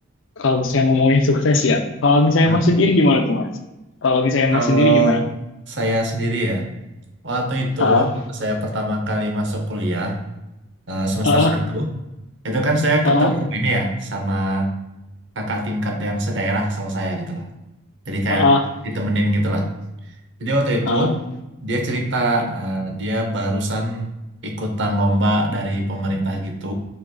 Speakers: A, on the left (about 65°); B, on the right (about 60°).
A: kalau misalnya ngomongin sukses ya. Kalau misalnya
B: Nah,
A: Mas sendiri gimana tuh Mas? Kalau misalnya
B: kalau
A: Mas sendiri gimana?
B: saya sendiri ya, Waktu itu,
A: Ah,
B: waktu saya pertama kali masuk kuliah, eh, semester
A: ah,
B: satu, itu kan saya
A: ah,
B: ketemu ini ya, sama kakak tingkat yang sedaerah sama saya gitu loh. Jadi kayak
A: ah,
B: ditemenin gitu lah. Jadi waktu itu,
A: ah, ah.
B: dia cerita eh, dia barusan ikutan lomba dari pemerintah gitu,